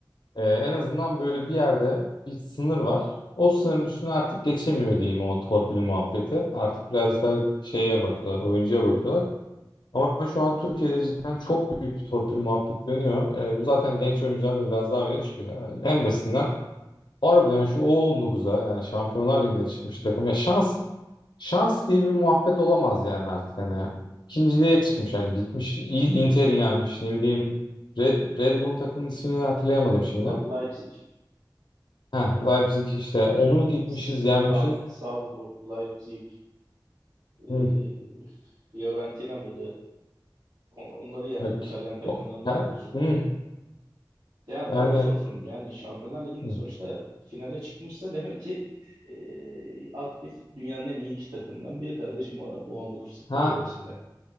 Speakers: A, on the left; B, on the right.
A: e, en azından böyle bir yerde bir sınır var. O sınırın üstüne artık geçemiyor diyeyim o torpil muhabbeti. Artık biraz daha şeye bakıyorlar, oyuncuya bakıyorlar. Ama şu an Türkiye'de cidden çok büyük bir torpil muhabbeti dönüyor. E, bu zaten genç oyuncular da biraz daha öne çıkıyor. Yani en basitinden harbiden şu U19'a yani Şampiyonlar Ligi'ne çıkmış takım. Ya şans Şans diye bir muhabbet olamaz yani artık hani. İkinciliğe çıkmış hani gitmiş İ- Inter'i yenmiş ne bileyim. Red, Red Bull'un takımın ismini hatırlayamadım şimdi.
B: La- Leipzig,
A: Heh, Leipzig işte onu gitmişiz
B: Sal-
A: yenmişiz.
B: Salzburg, Leipzig, e,
A: Hı,
B: Fiorentina mıydı? On- Onları yendi.
A: bak,
B: İtalyan takımlarını
A: o- her,
B: yendi bir sürü.
A: hı,
B: Ya ne
A: yani
B: olursa olsun yani Şampiyonlar Ligi'nde
A: hı,
B: sonuçta finale çıkmışsa <laughs> demek ki e, aktif dünyanın en iyi iki takımından biri kardeşim bu adam U19 kategorisinde.
A: ha